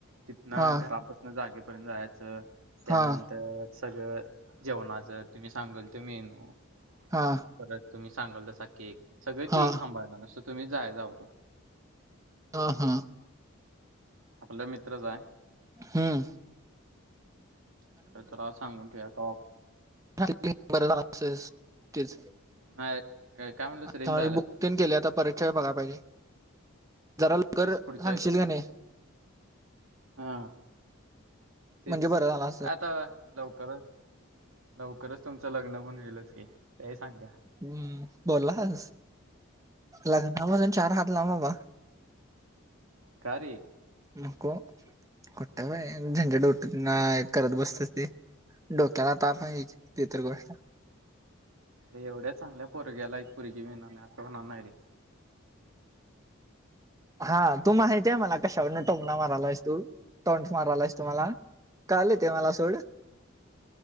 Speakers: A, on the right; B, on the right.
A: तिथन
B: हा
A: घरापासन जागेपर्यंत जायचं त्यानंतर.
B: हा
A: सगळं जेवणाचं तुम्ही सांगाल ते मेनू.
B: हा!
A: परत तुम्ही सांगाल तसा केक, सगळ
B: हा
A: ती सांभाळणार नुसतं तुम्ही जायच आवरून.
B: हां हां!
A: आपला मित्रच आहे.
B: हूं!
A: तर त राव सांगून ठेवू या कॉप
B: <unintelligible>
A: नाही काय काय म्हणलंस
B: आता
A: रेंज
B: आमी बुकतेन केले आता परीक्षा य बघाया पाहिजे. जरा लवकर
A: तेस पुढच्याही
B: सांगशील
A: कुठला
B: का नाही
A: हा. तेच
B: म्हणजे बरं झालं असतं
A: काय आता. लवकरच, लवकरच तुमचं लग्न पण होइलंच की ते हीं सांगा.
B: हूं बोललास लग्नापासुन चार हात लांम बाबा.
A: कारे!
B: नको कुटं वय झंजटउटट नाय करत बसत ते. डोक्याला ताप आहे तेतर गोष्ट.
A: अरे एवढ्या चांगल्या पोरग्याला, एक पोरगी मिळणार नाही असं होणार नाही रे.
B: हा तू माहितीय मला. कशावरूनं टोंंमना मारालास तू, टोंट मारालायस तू मला कळाले ते मला सोड.